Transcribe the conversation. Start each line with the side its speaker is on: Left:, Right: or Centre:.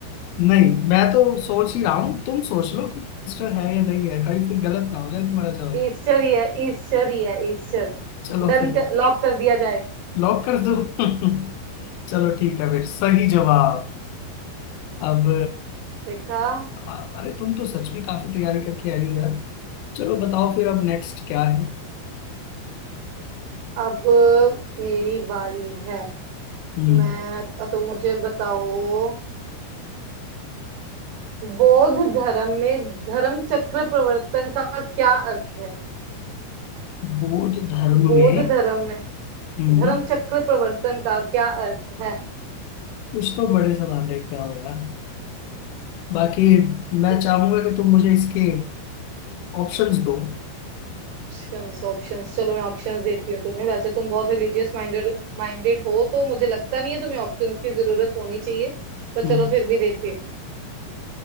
Left: नहीं मैं तो सोच ही रहा हूँ तुम सोच लो कि ईस्टर है या नहीं है कहीं फिर गलत ना हो जाए तुम्हारा जवाब
Right: ईस्टर ही है ईस्टर ही है ईस्टर
Left: चलो
Right: डन
Left: फिर
Right: कर, लॉक कर दिया जाए
Left: लॉक कर दो <laughs> चलो ठीक है फिर सही जवाब अब
Right: देखा
Left: अरे तुम तो सच में काफी तैयारी करके आई हो यार चलो बताओ फिर अब नेक्स्ट क्या है
Right: अब मेरी बारी है
Left: हम्म
Right: मैं तो मुझे बताओ बौद्ध धर्म में धर्म चक्र प्रवर्तन का क्या अर्थ है
Left: बौद्ध धर्म
Right: बौद्ध
Left: में
Right: धर्म में
Left: हम्म
Right: धर्म चक्र प्रवर्तन का क्या अर्थ है
Left: कुछ तो बड़े सवाल लेके आओ यार बाकी मैं
Right: तुम
Left: चाहूंगा कि तुम मुझे इसके ऑप्शंस दो
Right: ऑप्शंस ऑप्शंस चलो मैं ऑप्शंस देती हूँ तुम्हें वैसे तुम बहुत रिलीजियस माइंडेड माइंडेड हो तो मुझे लगता नहीं है तुम्हें ऑप्शंस की जरूरत होनी चाहिए तो
Left: हम्म
Right: चलो फिर भी देती हूँ